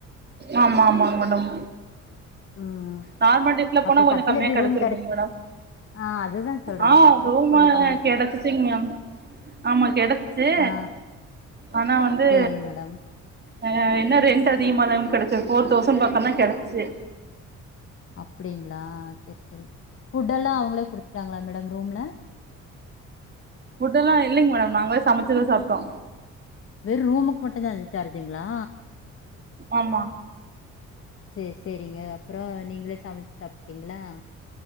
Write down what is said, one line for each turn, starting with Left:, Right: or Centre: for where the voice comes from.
Right: ஆமா ஆமாங்க மேடம்
Left: ம்.
Right: நார்மல் டேஸ்ல போனா
Left: அப்புறம்
Right: கொஞ்சோ
Left: கடைசில
Right: கம்மியா
Left: எப்படி
Right: கெடச்சிருக்கு
Left: ரூம் கிடைச்சு
Right: மேடம்
Left: ஆ அதுதான் சொல்றேங்க.
Right: ஆ
Left: அப்ப
Right: ரூமல்லா
Left: கொஞ்சம் கம்மியா
Right: கெடச்சுசிங்க
Left: கிடைச்சு
Right: மேம் ஆமா கெடச்சிச்சு
Left: ஆ
Right: ஆனா வந்து
Left: சரிங்க மேடம்.
Right: அ என்ன ரெண்ட் அதிகமா தாங் மேம் கெடச்சது ஃபோர் தௌசண் பக்கொந் தா கெடச்சிச்சு
Left: அப்பிடிங்ளா சேரி சேரி ஃபுட்டெல்லா அவுங்களே குடுத்ட்டாங்களா மேடம் ரூம்ல
Right: ஃபுட்டெல்லா இல்லெங்க மேடம் நாங்களே சமச்சுதா சாப்ட்டோ
Left: வெறும ரூமுக்கு மட்டுந் தே அந்த சார்ஜுங்களா
Right: ஆமா
Left: சேரி சேரிங்க அப்பறோ நீங்களே சமச்சு சாப்ட்டிங்களா